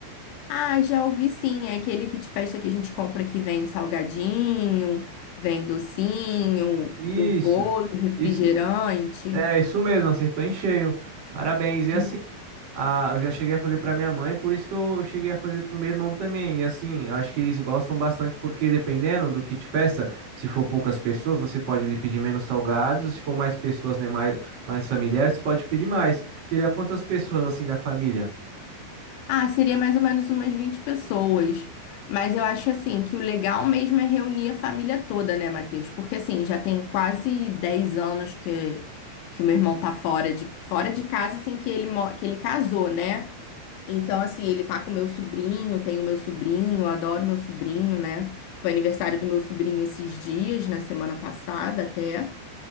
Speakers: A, on the left (about 85°); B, on the right (about 30°).
A: Ah, já ouvi sim. É aquele kit festa que a gente compra que vem salgadinho, vem docinho,
B: Isso,
A: o bolo, o refrigerante.
B: isso. É, isso mesmo, acertou em cheio. Parabéns. E
A: E-
B: assim. Ah, eu já cheguei a fazer pra minha mãe, por isso que eu eu cheguei a fazer pro meu irmão também. E assim, eu acho que eles gostam bastante porque dependendo do kit festa, se for poucas pessoas, você pode ali pedir menos salgados, se for mais pessoas, né, mais, mais familiares, você pode pedir mais. Seria quantas pessoas assim da família?
A: Ah, seria mais ou menos umas vinte pessoas. Mas eu acho assim que o legal mesmo é reunir a família toda, né, Matheus? Porque assim, já tem quase 10 anos que que o meu irmão tá fora de fora de casa assim que ele mo- que ele casou, né? Então, assim, ele tá com meu sobrinho, tem o meu sobrinho, eu adoro meu sobrinho, né? Foi aniversário do meu sobrinho esses dias, na semana passada até.